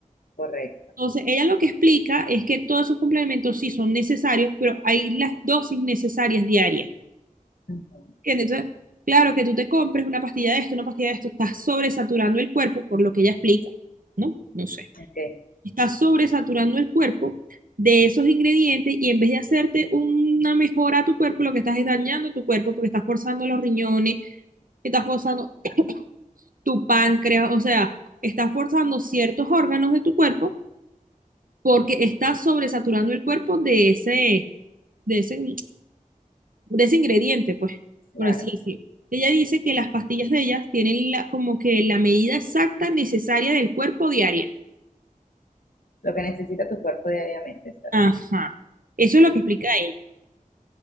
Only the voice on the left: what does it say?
correcto.
Uh -huh.
Ok,
claro.
Lo que necesita tu cuerpo diariamente. ¿sabes?